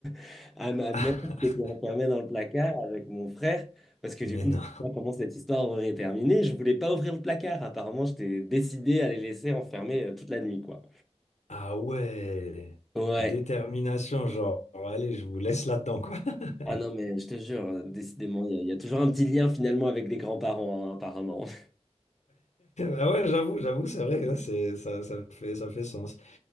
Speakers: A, in the centre; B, on the left.
A: <laughs> à ma
B: <laughs>
A: mère qui était enfermée dans le placard avec mon frère, parce que
B: Mais
A: du coup
B: non.
A: je sais pas comment cette histoire aurait terminé, je voulais pas ouvrir le placard, apparemment j'étais décidé à les laisser enfermer euh, toute la nuit quoi.
B: Ah ouais.
A: Ouais,
B: Détermination, genre, allez, je vous laisse là-dedans, quoi. <laughs>
A: ah non mais je te jure, euh, décidément il y, a il y a toujours un petit lien finalement avec les grands-parents hein, apparemment. <laughs>
B: Ah ouais, j'avoue, j'avoue, c'est vrai, là, c'est, ça, ça fait, ça fait sens.